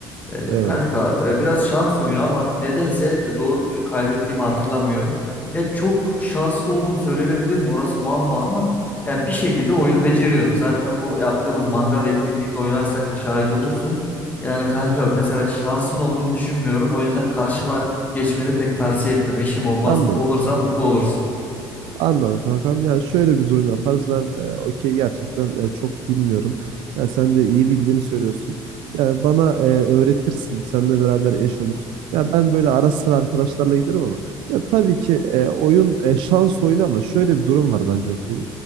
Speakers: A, on the left; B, on the right.
A: Ee,
B: Eyvallah
A: kanka
B: kankam.
A: e, biraz şans oyunu ama nedense e, doğru düzgün kaybettiğimi hatırlamıyorum. Ya çok şanslı oldum söylenebilir mi orası muamma ama ya bir şekilde oyunu beceriyorum. Zaten bu yaptığımız mangal etkinliğinde oynarsak da şahit olursun. Yani kanka mesela şansın olduğunu düşünmüyorum. O yüzden karşıma geçmeni pek tavsiye etmem. Eşim olmaz.
B: Anladım.
A: Olursa mutlu olursun.
B: Anladım kankam. Yani şöyle bir durum yaparız. Ben e, okey gerçekten e, çok bilmiyorum. Yani sen de iyi bildiğini söylüyorsun. Yani bana e, öğretirsin. Seninle beraber eş oluruz. Ya ben böyle ara sıra arkadaşlarla gidiyorum ama ya tabii ki e, oyun e, şans oyunu ama şöyle bir durum var bence okeyde.